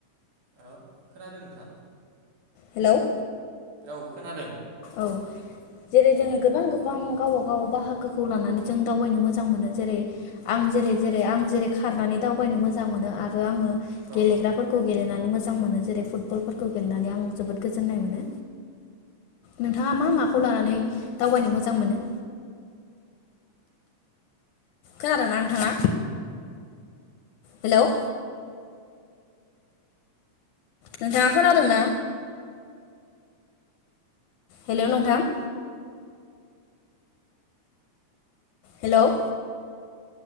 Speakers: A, on the right; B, on the left.
A: ओ खोनादों नोंथां।
B: हेल'
A: औ खोनादों।
B: औ जेरै जोङो गोबां गोबां गावब गाव बाहागोखौ लानानै जों दावबायनो मोजां मोनो जेरै आं जेरै जेरै आं जेरै खारनानै दावबायनो मोजां मोनो आरो आङो
A: औ
B: गेलेग्राफोरखौ गेलेनानै मोजां मोनो जेरै फुटबलफोरखौ गेलेनानै आं जोबोद गोजोन्नाय मोनो। नोंथाङा मा माखौ लानानै दावबायनो मोजां मोनो? खोनादोंना नोंथाङा? हेल' नोंथाङा खोनादोंना? हेल' नोंथां? हेल'